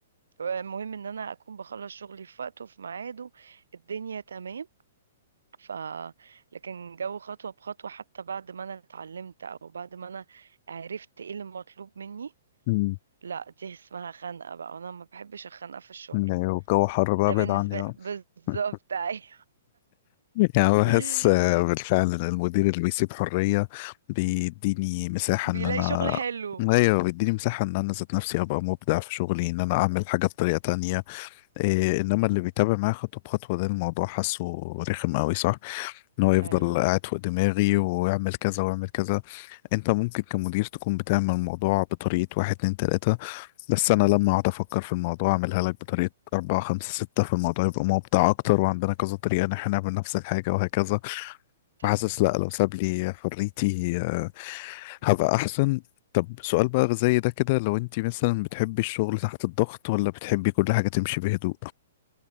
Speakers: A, on the right; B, on the left.
A: المهم ان انا اكون بخلص شغلي في وقته في ميعاده الدنيا تمام ف لكن جو خطوة بخطوة حتى بعد ما انا اتعلمت او بعد ما انا عرفت ايه اللي مطلوب مني
B: مم.
A: لا دي اسمها خنقة بقى وانا ما بحبش الخنقة في الشغل
B: ايوه الجو حر بقى
A: ده
B: ابعد
A: بالنسبة
B: عني بقى
A: بالظبط
B: <laughs>
A: ايوه
B: يعني بحس
A: <laughs>
B: آه، بالفعل ان المدير اللي بيسيب حرية بيديني مساحة
A: بيلاقي
B: ان انا
A: شغل حلو
B: ايوه بيديني مساحة ان انا ذات نفسي ابقى مبدع في شغلي ان انا اعمل حاجة بطريقة تانية إيه انما اللي بيتابع معايا خطوة بخطوة ده الموضوع حاسه رخم قوي صح ان هو يفضل
A: ايوه
B: قاعد فوق دماغي ويعمل كذا ويعمل كذا انت ممكن كمدير تكون بتعمل الموضوع بطريقة واحد اتنين تلاتة بس انا لما اقعد افكر في الموضوع اعملها لك بطريقه أربعة خمسة ستة في الموضوع يبقى مبدع اكتر وعندنا كذا طريقه ان احنا نعمل نفس الحاجه وهكذا
A: صح
B: حاسس لا لو ساب لي حريتي آه، هبقى احسن طب سؤال بقى زي ده كده لو انت مثلا بتحبي الشغل تحت الضغط ولا بتحبي كل حاجة تمشي بهدوء